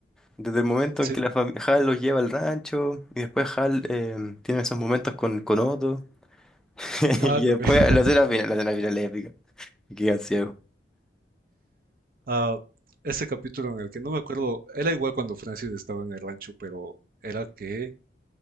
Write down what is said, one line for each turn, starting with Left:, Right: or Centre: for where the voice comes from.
Centre: desde el momento
Right: Sí,
Centre: en que la fami- Hal los lleva al rancho y después Hal eh, tiene esos momentos con, con Otto <laughs>
Right: ah,
Centre: y
Right: también.
Centre: después
Right: <laughs>
Centre: la escena final, la escena final es épica, y quedan ciegos.
Right: Ah, ese capítulo en el que no me acuerdo, era igual cuando Francis estaba en el rancho, pero era que